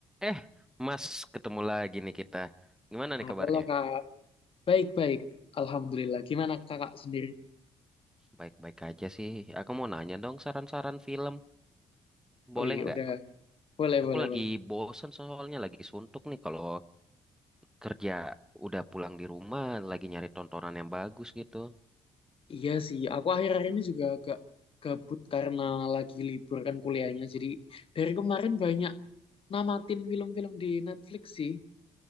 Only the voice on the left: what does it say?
Halo kak, baik-baik, alhamdulillah. Gimana kakak sendiri?
Wih,
udah boleh,
boleh,
boleh.
Iya sih, aku akhir-akhir ini juga agak gabut karena lagi libur kan kuliahnya. Jadi dari kemarin banyak namatin film-film di Netflix sih.